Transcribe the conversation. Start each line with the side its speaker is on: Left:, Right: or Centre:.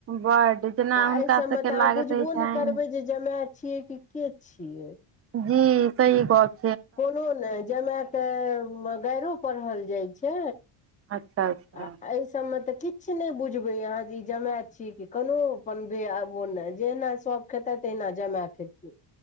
Right: बड जेना
Left: आ
Right: हुनका
Left: एहि सभमे
Right: सबके
Left: त अहाँ
Right: लागैत
Left: बुझबो
Right: रहै छनि
Left: ने करबै जे जमाए छियै कि के छियै
Right: जी सही बात
Left: कोनो ने जमा त गैरूप पढ़ल जाइ छै
Right: अच्छा अच्छा
Left: आ एहि सबमे तऽ किछु नहि बुझबै अहाँ जे ई जमाय छी कि कोनो अपन आब ने जेना सब आ त न जामायले आखेिय <unintelligible>